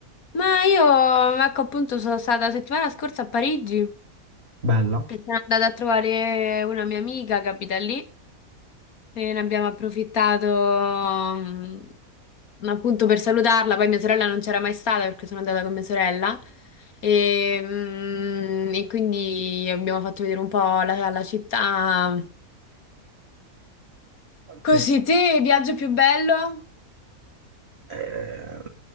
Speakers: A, on the left; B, on the right.
A: Ma io, ecco, appunto, sono stata la settimana scorsa a Parigi,
B: Bella.
A: che sono andata a trovare una mia amica che abita lì e ne abbiamo approfittato, mm, appunto, per salutarla. Poi mia sorella non c'era mai stata perché sono andata con mia sorella. E, mm, e quindi abbiamo fatto vedere un po' la, la città.
B: Ok.
A: Così, te, viaggio più bello
B: Eh,